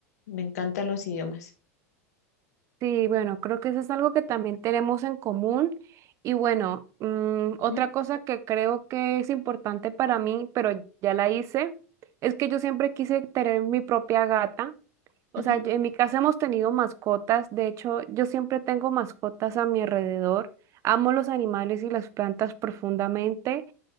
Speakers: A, on the left; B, on the right.
A: Me encantan los idiomas.
B: Sí, bueno, creo que eso es algo que también tenemos en común. Y bueno, mm, otra
A: Ujú,
B: cosa que creo que es importante para mí, pero ya la hice, es que yo siempre quise tener mi propia gata. O
A: ujú.
B: sea, yo- en mi casa hemos tenido mascotas, de hecho, yo siempre tengo mascotas a mi alrededor. Amo los animales y las plantas profundamente,